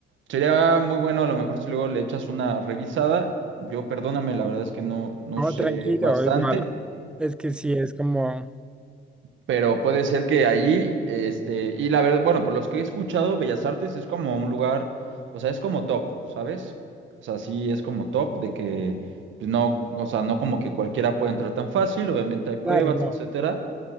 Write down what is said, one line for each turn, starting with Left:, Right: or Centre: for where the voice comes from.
Right: sería muy bueno, a lo mejor si luego le echas una revisada. Yo, perdóname, la verdad es que no, no
Centre: No,
Right: sé
Centre: tranquilo,
Right: bastante.
Centre: igual, es que sí, es como,
Right: Pero puede ser que allí, este, y la verdad, bueno, por los que he escuchado, Bellas Artes es como un lugar, o sea, es como top, ¿sabes? O sea, sí es como top de que pues, no, o sea, no como que cualquiera puede entrar tan fácil, obviamente hay pruebas,
Centre: claro, no.
Right: etcétera.